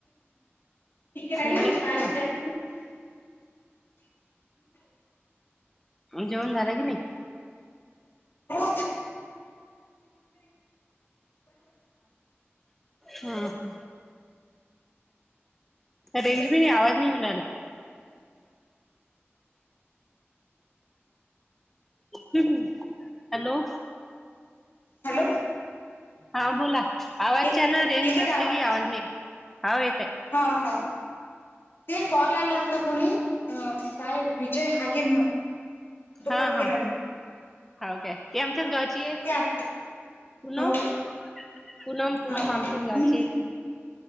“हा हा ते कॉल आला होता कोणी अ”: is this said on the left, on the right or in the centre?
Left